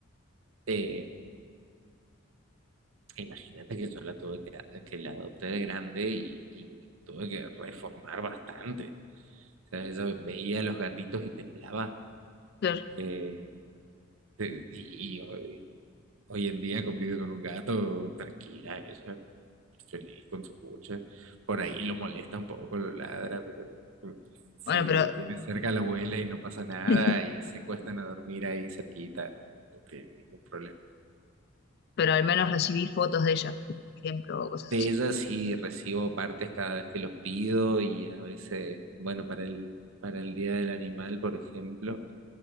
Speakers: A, on the right (about 75°); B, on the left (about 50°).
A: Eh, Imagínate que yo la tuve que, que la adopté de grande y, y la tuve que reformar bastante. O sea, yo veía a los gatitos y temblaba.
B: claro,
A: Eh, eh, y, y hoy, hoy en día convive con un gato tranquila, ella, feliz con su cucha. Por ahí lo molesta un poco, lo ladra, pero eh, si
B: bueno, pero,
A: lo tiene cerca lo huele y no pasa nada
B: <laughs>
A: y se cuestan a dormir ahí cerquita. No tiene ningún problema.
B: pero al menos recibí fotos de ella, por ejemplo, o cosas
A: De
B: así.
A: ellas sí recibo partes cada vez que los pido y a veces, bueno, para el, para el Día del Animal, por ejemplo,